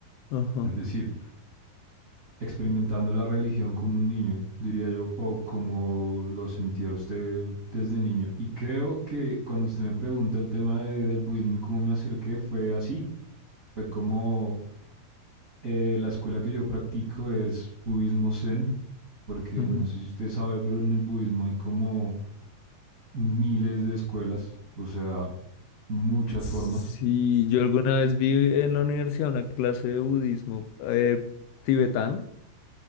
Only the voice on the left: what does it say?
ajá.
ujú.
Sí,
yo alguna vez vi en la universidad una clase de budismo eh, tibetano.